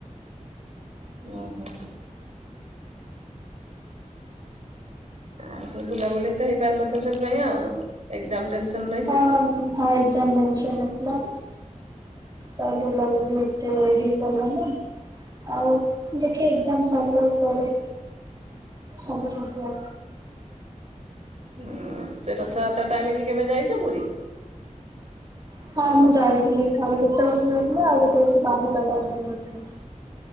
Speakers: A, on the right (about 55°); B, on the right (about 30°).
A: ଓ ହୋ। ଆଉ ସେ ବୁଲାବୁଲି ଏତେ ହେଇପାରିନଥିବ ସେଥିପାଇଁ ଆଉ। ଏକ୍ସାମ ଟେନସନ୍ ନେ
B: ହଁ ହଁ ଏକ୍ଜାମ ଟେନସନରେ ଥିଲା। ତା ବୁଲାବୁଲି ଏତେ ହେଇପାରି ଲାନି। ଆଉ ଦେଖେ ଏକ୍ଜାମ ସରିଲେ କୁଆଡେ ସବୁ ଜିନିଷ
A: ହୁଁ ସେ ରଥଯାତ୍ରା ଟାଇମ କି କେବେ ଯାଇଛ ପୁରୀ?
B: ହଁ ମୁଁ ଯାଇଥିଲି ଥରେ ଗୋତେ ବର୍ଷ ଯାଇଥିଲି ଆଉ ଗୋଟେ ବର୍ଷ ବାହୁଡଡ଼ା ଟାଇମ୍ ରେ ଯାଇଥିଲି।